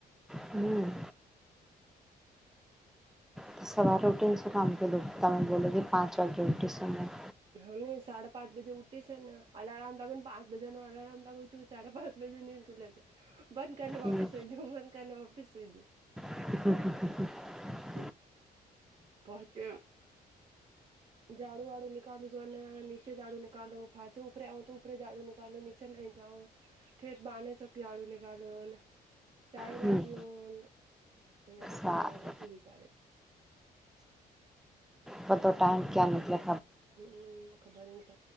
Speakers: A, in the centre; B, on the right.
A: હમ તો સવારે રટીને શું કામ કધું તમે બોલો કે પાંચ વાગે રોટી શુંમે
B: હા સાડાે પાંચ બજે ઉઠી છે ને અલારમ લાગે ને પાંચ બજા નો અલારમ લાગું છું સાડાે પાંચ નીંદ ખુલે છે બંધ કરીને
A: હમ
B: વાપીસઈ જાઉ બંધ કરીને વાપીસઈ જાઉ.
A: હ- હ- હ- હ
B: હ મ પહંચ્યા ઝાડુ વાળું નીકાલ્યું જો અને નીચે ઝાડુ નીકાળું ફાચો ઉપરે આવો તો ઉપર ઝાડું નિકાલો નીચે લઈ જા થઠેટ બાંધ <unintelligible> ઝાડું નીકાલુ ને ચાય
A: હમ
B: ભાય પીઉ ને અહીંયા તો
A: સારું
B: પૂરણ વગતિ બી જ આવે છે. <unintelligible>
A: હતો ટાઈમ ક્યા નિકલે.
B: હમ ખબર ની પ